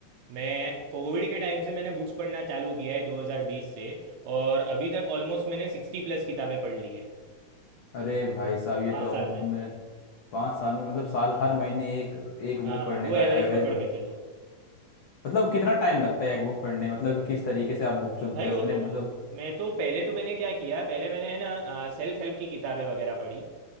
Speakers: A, on the right; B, on the left.
A: मैं कोविड के टाइम से मैंने बुक्स पढ़ना चालू किया है 2020 से और अभी तक ऑलमोस्ट मैंने 60 प्लस किताबें पढ़ ली है
B: अरे भाई साहब ये
A: पाँच
B: तो
A: साल
B: अब
A: में
B: तुम्हें पाँच साल में मतलब साल हर महीने एक एक
A: हाँ
B: बुक पढ़ने
A: वो
B: का
A: एवरेज
B: एवरेज
A: पकड़ के चलो
B: मतलब कितना टाइम लगता है एक बुक पढ़ने मतलब कि किस तरीके से आप बुक चुनते
A: भाई
B: हो
A: वो
B: अपने
A: तो
B: मतलब
A: मैं तो पहले तो मैंने क्या किया पहले मैंने है ना सेल्फ हेल्प की किताबें वगैरह पढ़ी